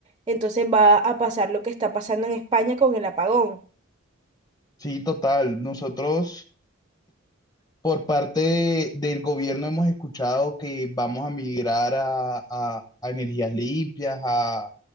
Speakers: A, on the right (about 20°); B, on the left (about 20°).
A: entonces va a pasar lo que está pasando en España con el apagón.
B: Sí, total. Nosotros... Por parte de- del gobierno hemos escuchado que vamos a migrar a, a- a energías limpias, a